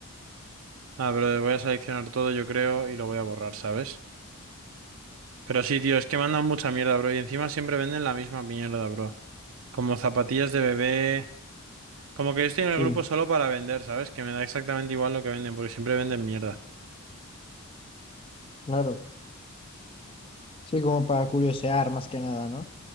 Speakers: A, on the right (about 65°); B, on the left (about 25°).
A: Ah, pero voy a seleccionar todo, yo creo, y lo voy a borrar, ¿sabes? Pero sí, tío, es que mandan mucha mierda, bro, y encima siempre venden la misma mierda, bro. Como zapatillas de bebé. Como que yo estoy en
B: Sí,
A: el grupo solo para vender, ¿sabes? Que me da exactamente igual lo que venden, porque siempre venden mierda.
B: claro. Sí, como para curiosear más que nada, ¿no?